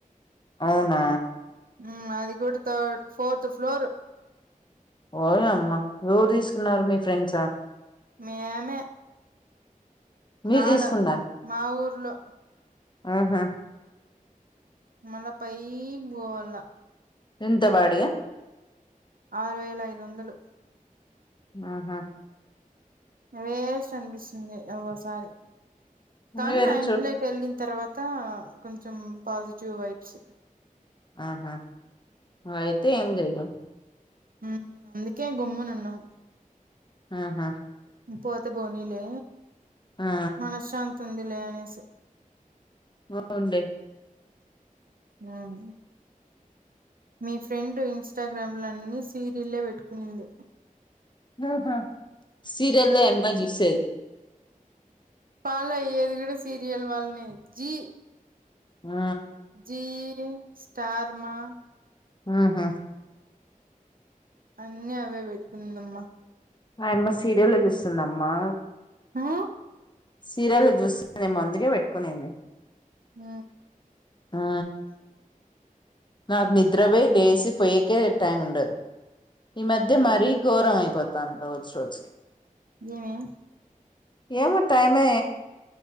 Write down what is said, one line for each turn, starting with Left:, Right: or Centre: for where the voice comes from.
Left: అవునా
Right: హ్మ్ అది కూడా థర్ ఫోర్త్ ఫ్లోర్
Left: ఓయమ్మా ఎవరు తీసుకున్నారు మీ ఫ్రెండ్సా?
Right: మేమే
Left: మీరు
Right: ఆడ
Left: తీసుకున్నారు
Right: మా ఊర్లో
Left: ఆహా
Right: మళ్ళ పైక్ పోవాలా
Left: ఎంత బాడిగ
Right: ఆరు వేల ఐదు వందలు
Left: ఆహా
Right: వేస్ట్ అనిపిస్తుంది ఒక్కోసారి కానీ
Left: వేరే
Right: ఆ ఇంట్లోకి
Left: చోట్
Right: వెళ్ళిన తర్వాత్ త కొంచెం పాజిటివ్ వైబ్స్
Left: ఆహా అయితే ఏం చేయలేం
Right: హ్మ్ అందుకే గమ్మునున్నం
Left: ఆహా
Right: పోతే బోనీలే
Left: ఆ
Right: మనశ్శాంత్ తుందిలే అనేసి
Left: బావుండే
Right: హ్మ్ మీ ఫ్రెండ్ ఇన్స్టాగ్రామ్లన్నీ సీరిల్లే పెట్టుకునింది
Left: ఆహా సీర్యల్లే అమ్మాయ్ చూసేది
Right: ఫాలో అయ్యేది గూడా సీరియల్ వాళ్లనే జీ
Left: ఆ
Right: జీ ఈ స్టార్మా
Left: ఆహా
Right: అన్నీ అవే పెట్టుకునిందమ్మా
Left: ఆయమ్మ సీరియల్ చూస్తుందమ్మా
Right: ఆ
Left: సీరియల్ జ్యూస్ నే ముందుగాే పెట్టుకునింది
Right: ఆ
Left: ఆ నాకు నిద్రపో లేసి పొయ్యకే టైం ఉండదు ఈ మధ్య
Right: ఉమ్
Left: మరీ ఘోరం అయిపోతుది తాంత వచ్చ వచ్చకి
Right: ఏమీ
Left: ఏమో టైమే